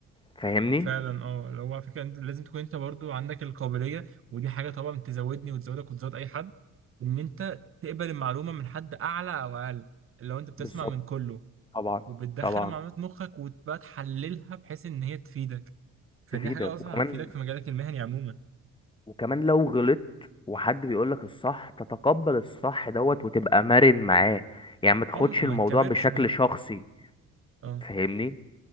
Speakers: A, on the left; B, on the right.
A: فاهمني
B: فعلا اه لو على فكره انت لازم تكون انت برضو عندك القابليه ودي حاجه طبعا تزودني وتزودك وتزود اي حد ان انت تقبل المعلومه من حد اعلى او اقل لو انت بتسمع
A: بالظبط
B: من كله
A: طبعا
B: وبتدخل
A: طبعا
B: معلومات مخك وتبقى تحللها بحيث ان هي تفيدك فدي
A: تفيدك
B: حاجة أصلا
A: وكمان
B: هتفيدك في مجالك المهني عموما
A: وكمان لو غلطت وحد بيقول لك الصح تتقبل الصح دوت وتبقى مرن معاه يعني ما تاخدش
B: اه ما
A: الموضوع
B: تكبرش
A: بشكل
B: اه
A: شخصي
B: اه
A: فاهمني